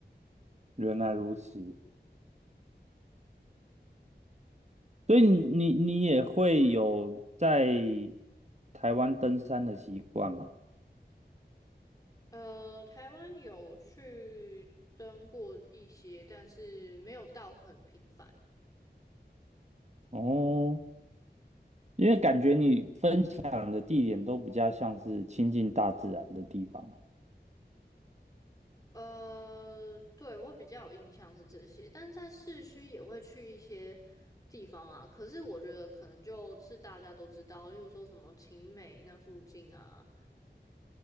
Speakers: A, on the right (about 40°); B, on the left (about 20°).
A: 原来如此。所以你你也会有在台湾登山的习惯吗？
B: 呃，台湾有去登过一些，但是没有到很频繁。
A: 哦，因为感觉你分享的地点都比较像是亲近大自然的地方。
B: 呃，对，我比较有印象是这些，但在市区也会去一些地方啊。可是我觉得可能就是大家都知道，例如说什么晴美那附近啊，